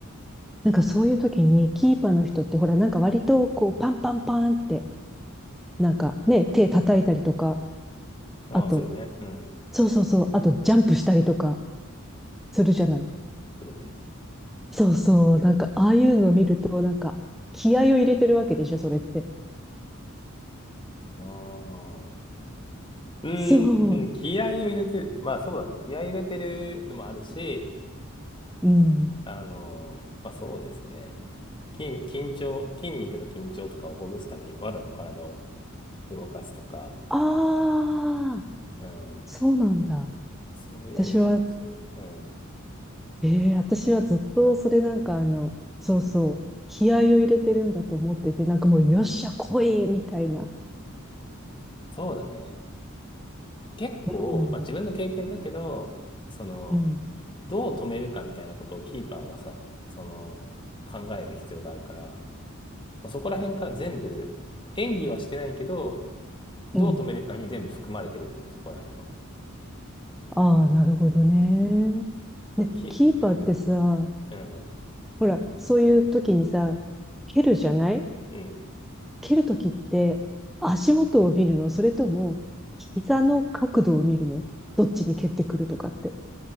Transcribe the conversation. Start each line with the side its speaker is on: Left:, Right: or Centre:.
Centre: なんかそういう時に、キーパーの人って、ほら、なんか割と、こう、パンパンパンって、なんかね、手叩いたりとか、
Left: ああ、
Centre: あと、
Left: するね。うん。
Centre: そうそうそう、あと、ジャンプしたりとか、するじゃない。
Left: するね。
Centre: そうそう、なんか、ああいうの見ると、なんか、気合を入れてるわけでしょ、それって。
Left: ああ。うーん。
Centre: そう、
Left: 気合を入れてる。まあそうだね。気合を入れてるのもあるし、
Centre: うん。
Left: あのーまあそうですね。筋、緊張、筋肉の緊張とかをほぐすためにわざと体を動かすとか、
Centre: ああ、
Left: うん。
Centre: そうなんだ。
Left: そういうのもあるし、
Centre: 私は
Left: うん。
Centre: ええ私はずっとそれなんかあの、そうそう、気合を入れてるんだと思ってて、なんかもうよっしゃ来いみたいな。
Left: そうだね。結構、
Centre: うん、
Left: まあ自分の経験だけど、その、
Centre: うん、
Left: どう止めるかみたいなことをキーパーはさ、その、考える必要があるから、まあ、そこら辺から全部、演技はしてないけど、
Centre: うん。
Left: どう止めるかに全部含まれてると思う、そこら辺は。
Centre: ああ、なるほどね。
Left: そう、
Centre: ね、
Left: き、
Centre: キーパーってさ、
Left: うん、うん、
Centre: ほら、そういう時にさ、蹴るじゃない
Left: うん。
Centre: 蹴る時って足元を見るのそれとも膝の角度を見るのどっちに蹴ってくるとかって。